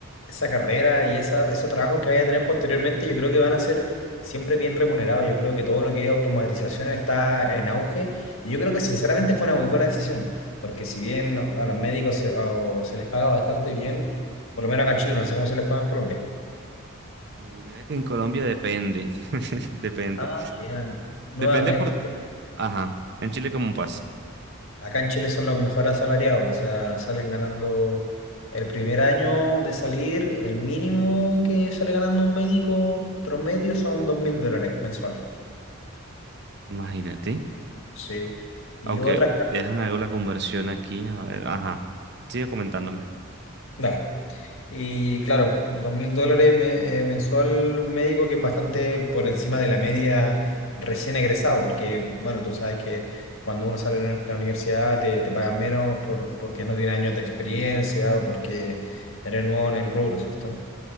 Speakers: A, on the left; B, on the right.
A: esa carrera y esa, esos trabajos que vaya a tener posteriormente, yo creo que van a ser siempre bien remunerados. Yo creo que todo lo que es automatización está en auge, y yo creo que sinceramente fue una muy buena decisión, porque si bien a los médicos se, o se les paga bastante bien, por lo menos acá en Chile, no sé cómo se les paga en Colombia.
B: Uy, mira que en Colombia depende, <laughs> depende.
A: Ah, ya. No,
B: Depende
A: acá
B: por...
A: en,
B: Ajá, en Chile cómo pasa.
A: acá en Chile son los mejores asalariados, o sea, salen ganando el primer año de salir, el mínimo que sale ganando un médico promedio son dos mil dólares mensual.
B: Imagínate.
A: Sí. Y
B: Aunque
A: otras,
B: déjame hago la conversión aquí. A ver, ajá. Sigue comentándome.
A: dale. Y claro, dos mil dólares me- eh, mensual un médico que es bastante por encima de la media recién egresado, porque bueno, tú sabes que cuando uno sale de la universidad te, te pagan menos por, porque no tiene años de experiencia o porque eres nuevo en el rubro, ¿cierto?